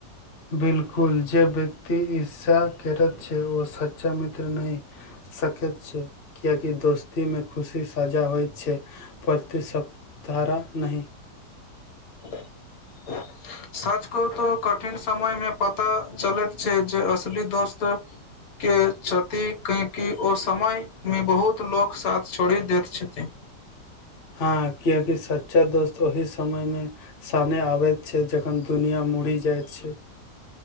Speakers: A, on the left; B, on the left.
A: बिल्कुल जे व्यक्ति ईर्ष्या केरत छै ओ सच्चा मित्र नहि। सकैत छै कियेकि दोस्तीमे खुशी सजा होइत छै। प्रतिसप्तारा नहि
B: <inaudible> सच कहु तो कठिन समयमे पता चलैत छै जे असली दोस्त के छथि काहेकि ओ समयमे बहुत लोक साथ छोड़ि दैत छथिन।
A: हँ कियेकि सच्चा दोस्त ओहि समयमे सामने आबैत छै जखन दुनियाँ मुडि जाइत छै।